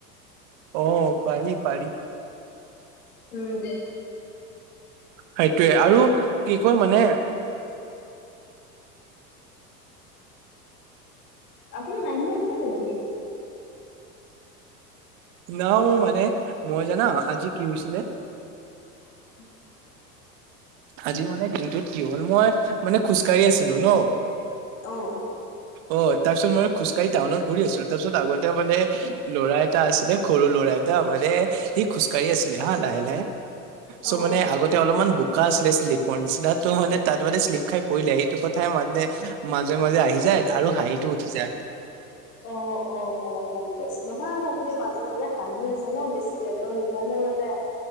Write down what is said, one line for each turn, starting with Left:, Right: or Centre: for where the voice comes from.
Right: অ, পাৰি, পাৰি
Left: উম।
Right: সেইটোয়ে আৰু কি কয় মানে
Left: আপুনি হাঁহি আছে নেকি।
Right: না মানে মই জানা আজি কি হৈছিলে
Left: উ <inaudible>
Right: আজি মানে দিনটোত কি হ'ল মই মানে খোজকাঢ়ি আছিলো ন।
Left: অ'।
Right: অ, তাৰপিছত মই খোজকাঢ়ি টাউনত ঘূৰি আছিলো তাৰপিছত আগতে মানে ল'ৰা এটা আছিল। নে সৰু ল'ৰা এটা মানে সি খোজ-কাঢ়ি আছিল হা লাহে, লাহে। চ'
Left: অ
Right: মানে আগতে অলপমান বু বোকা আছিলে শ্লিপৰ নিচিনা মানে তাত মানে শ্লিপ খাই পৰিলে সেইটো কথাই মানে মাজে, মাজে আহি যায় আৰু হাঁহিটো উঠি যায়।
Left: অ', অ', অ', গম পাইছো নহয়। মাজে, মাজে হাঁহি আছে ন বেছিকে তো সেইকাৰণে মানে